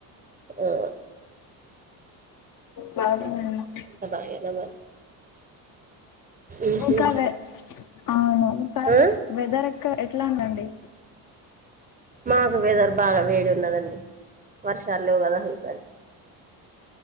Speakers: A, on the right; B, on the left.
A: ఆ
B: బాగుందండి
A: అంత బాగేన మరి ఉహు
B: ఇంకా వె అవును ఇక్కడ
A: ఆ
B: వె వెదర్ ఎక్క ఎట్లా ఉందండి
A: మాకు వెదర్ బాగా వేడి ఉన్నదండి వర్షాలెవుగాద ఈ సారి